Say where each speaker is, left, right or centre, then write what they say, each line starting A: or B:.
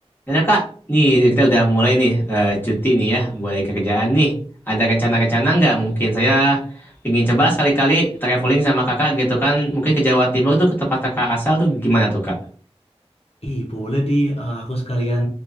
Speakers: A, on the left; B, on the left.
A: Dan ya, Kak, nih kita udah mulai nih eh, cuti nih ya, mulai kerjaan nih. Ada rencana-rencana nggak? Mungkin saya pingin coba sekali-kali traveling sama kakak gitu kan. Mungkin ke Jawa Timur tuh ke tempat kakak asal tuh gimana tuh Kak?
B: Ih, boleh di eh, aku sekalian